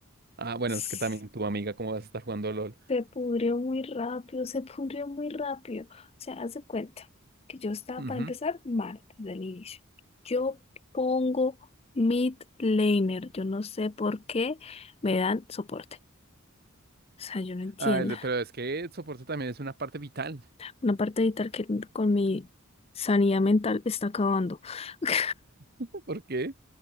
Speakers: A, on the right; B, on the left.
A: Ah, bueno,
B: Se,
A: es que también tu amiga, ¿cómo vas a estar jugando LOL?
B: se pudrió muy rápido, se pudrió muy rápido. O sea, haz de cuenta que yo estaba,
A: Ujú.
B: para empezar, mal desde el inicio. Yo pongo mid laner. Yo no sé por qué me dan soporte. O sea, yo no entiendo.
A: Ah, el- pero es que el soporte también es una parte vital.
B: una parte de vital que con mi sanidad mental está acabando. <laughs>
A: <laughs> ¿Por qué?